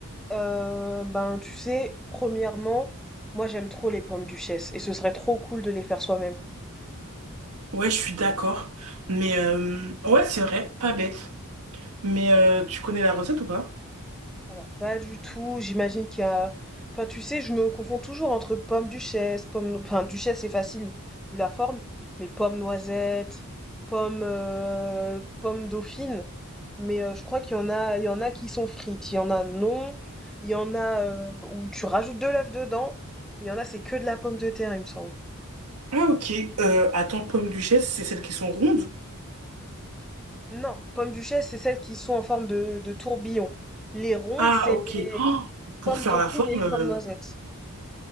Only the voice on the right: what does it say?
Ouais, je suis d'accord. Mais euh, ouais, c'est vrai, pas bête. Mais euh, tu connais la recette ou pas?
Ah ok, euh, attends, pommes duchesse, c'est celles qui sont rondes?
Ah
ok,
Oh, pour
faire
la forme,
euh,